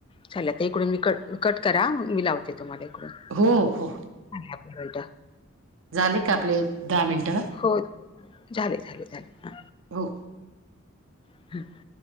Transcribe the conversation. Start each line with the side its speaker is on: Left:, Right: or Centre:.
Left: चाल ते इकडून मी कट कट करा मी लावते. तुम्हालाकडून
Right: हो हो
Left: आपल्या <unintelligible>
Right: झाले का आपले दहा मिनिट
Left: हो झाले झाले झाले
Right: हो.
Left: <inaudible>